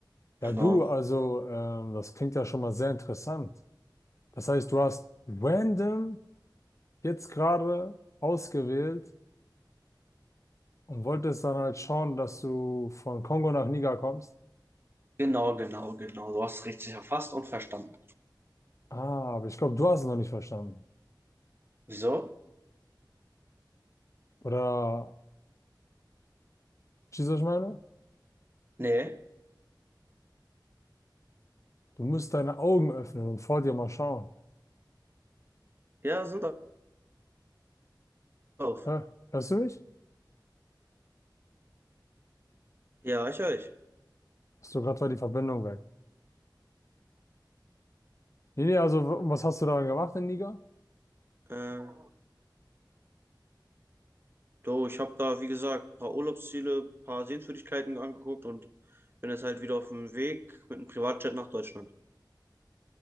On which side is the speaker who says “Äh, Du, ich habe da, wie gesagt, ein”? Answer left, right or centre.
Right